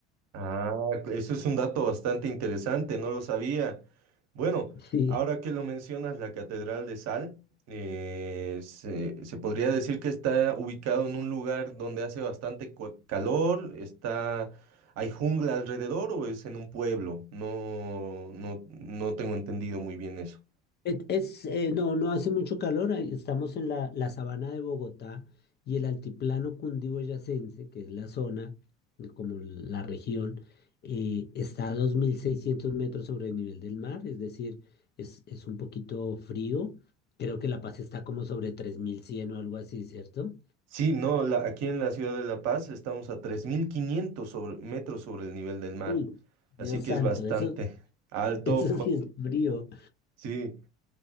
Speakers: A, on the right; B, on the left.
A: Ah, eso es un dato bastante interesante, no lo sabía. Bueno,
B: <laughs> Sí.
A: ahora que lo mencionas, la Catedral de Sal, eh, se, se podría decir que está ubicado en un lugar donde hace bastante cua- calor, está, ¿hay jungla alrededor o es en un pueblo? No, no, no tengo entendido muy bien eso.
B: Et- Es, eh, no, no hace mucho calor, ahí estamos en la, la sabana de Bogotá y el altiplano cundiboyacense, que es la zona, eh, como la región, eh, está a 2.600 metros sobre el nivel del mar, es decir, es, es un poquito frío. Creo que La Paz está como sobre 3.100 o algo así, ¿cierto?
A: Sí, no, la- aquí en la ciudad de La Paz estamos a 3.500 sobre- metros sobre el nivel del mar,
B: Uy,
A: así
B: Dios
A: que
B: santo,
A: es bastante
B: eso,
A: alto.
B: <laughs> eso sí es frío,
A: Sí,